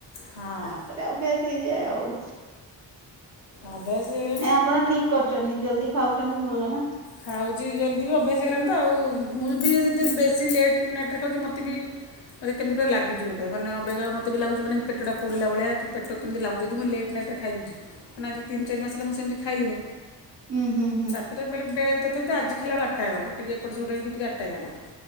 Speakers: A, on the left; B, on the right.
A: ହଁ
B: ତାପରେ ଅଭ୍ୟାସ ହେଇଯାଏ ଆଉ।
A: ଅଭ୍ୟାସ ହେଇଗ
B: ନାଇଁ ଆପଣ ଠିକ୍ କରୁଚନ୍ତି ଜଲଦି ଖାଉଛନ୍ତି ଭଲ ନା।
A: ଖାଉଛି ଜଲ୍ଦି ବି ଅଭ୍ୟାସ ହେଇଲାଣି ତ ଆଉ ମୁଁ ବି ଯଦି ବେଶୀ ଲେଟ୍ ନାଇଟ୍ ରେ ଖାଉଚି ମୋତେ ବି ମାନେ କେମତି ଗୋଟେ ଲାଗୁଛି ଗୋଟେ ମାନେ ଅବାଗିଆ ମତେ ବି ଲାଗୁଚି ମାନେଟା ପେଟଟା ପୁଡ଼ିଲା ଭଳିଆ କି ପେଟ କେମିତି ଲାଗୁଚି, ଯଦି ମୁଁ ଲେଟ ନାଇଟରେ ଖାଇଦୋଉଚି କାଇଁନା ଆଜି ତିନ ଚାର ମାସ ହେଲା ମୁଁ ସେମିତି ଖାଇଲିଣି।
B: ହୁଁ ହୁଁ ହୁଁ।
A: ସେଟାବେ ବେଳେ ରେ ତଥାପି ତ ଆଜି ଖାଇଲାବେଳେ ଆଟା ହେଇଗଲା ଟିକେ ଏପଟ ସେପଟ ହେକିିକେ ଆଟା ହେଇଗଲା।